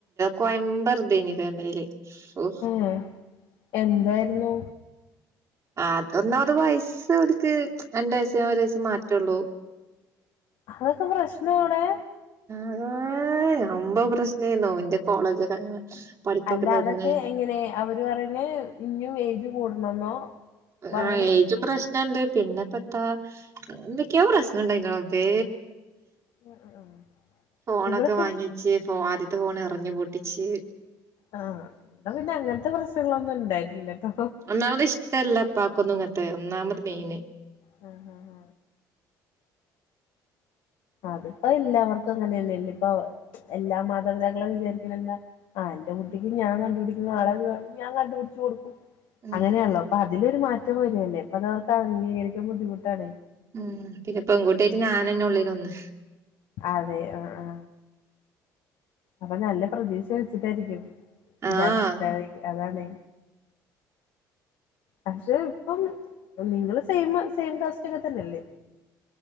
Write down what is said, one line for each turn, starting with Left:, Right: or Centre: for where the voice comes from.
Right: കോയമ്പറുതേനി ഫാമിലില് ഓ
Left: എ എന്തായിരുന്നു
Right: ആർക്ക് ഒന്നാമത് വയസ്സ് അക്ക് രണ്ട് വയസ്സ് ഒരു വയസ്സ് മാറ്റള്ളൂ
Left: അതൊക്കെ പ്രശ്ന എവിടെ
Right: അത അമ്പ പ്രശ്നന്നോ ഇന്റെ കോളേജൊക്കെ പഠിപ്പൊക്കെ
Left: അല്ല
Right: നിർന്ന്
Left: അതൊക്കെ എങ്ങനെ അവര് പറഞ്ഞ് ഇനും ഏജ് കൂടണംന്നോ പറയണേ
Right: ആ ഏജും പ്രശ്നുണ്ട് പിന്നെ പത്ത ഏതാകൊയോ പ്രശ്നം ഉണ്ടായിരുന്നു റബ്ബേ
Left: ഉം ഉം ഉം
Right: ഫോണൊക്കെ
Left: ഇവിടെ പി
Right: വാങ്ങിച്ച് ഫോ ആദ്യത്തെ ഫോൺ എറഞ്ഞു പൊട്ടിച്ച്
Left: ആഹ് ഇന്ത പിന്നെ അങ്ങനത്തെ പ്രശ്നങ്ങളൊന്നും ഉണ്ടായിട്ടില്ലട്ടോ
Right: ഒന്നാമത് ഇഷ്ടമല്ല ഇപ്പ ക്കൊന്നും ഇങ്ങനത്തെ ഒന്നാമത് മെയിന്
Left: ഹ ഹ ഹ അതിപ്പോ എല്ലാവർക്കും അങ്ങനെയ തന്നെല്ല ഇപ്പൊ എല്ലാ മാതാപിതാക്കളും വിചാരിക്കണ എന്താ ആ് എന്റെ കുട്ടിക്ക് ഞാൻ കണ്ടുപിടിക്കുന്ന ആളെ ഞാൻ കണ്ടുപിടിച്ചു കൊടുക്കും
Right: ഉം
Left: അങ്ങനെയാല്ലോ അപ്പൊ അതിലൊരു മാറ്റം വരുല്ലേ അപ്പ അത് അവർക്ക് അംഗീകരിക്കാൻ ബുദ്ധിമുട്ടാണ്
Right: ഉം പിന്നെപ്പെകൂട്ടായിട്ട് ഞാനന്നെ ഉള്ള ഒന്ന്
Left: അതെ ആ ആ അപ്പൊ നല്ല പ്രതീക്ഷ വെച്ചിട്ടായിരിക്കും ഇതാക്കി
Right: ആഹ്
Left: ഉണ്ടായി അതാണ് പക്ഷെ ഇപ്പം നിങ്ങളൾ സെയിം സെയിം കാസ്റ്റ ഒക്കെ തന്നെയല്ലേ